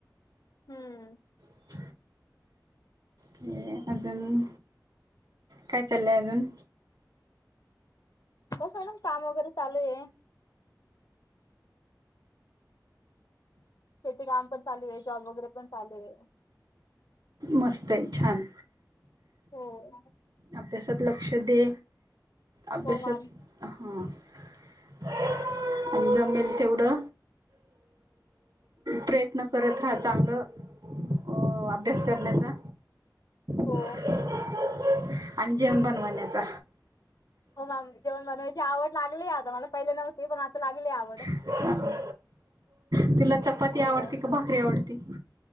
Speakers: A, on the left (about 60°); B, on the right (about 75°).
A: हम्म
B: <inaudible> के अजून, काय चाललंय अजून?
A: कसं मॅडम काम वगैरे चालूये. शेती काम पण चालूये, जॉब वगैरे पण चालूये.
B: मस्तय छान. <inaudible>
A: हो
B: अभ्यासात लक्ष दे अभ्यासात
A: हो मॅम
B: हा <inaudible> आणि जमेल तेवढं. प्रयत्न करत राहा चांगलं अ अभ्यास करण्याचा
A: हो.
B: <inaudible> <inaudible> आणि जेवण बनवनण्याचा.
A: हो मॅम जेवण बनवायची आवड लागलीये, आता मला पहिले नव्हती पण आता लागली आवड.
B: हा <inaudible> तिला चपाती
A: हो.
B: आवडती का भाकरी आवडती?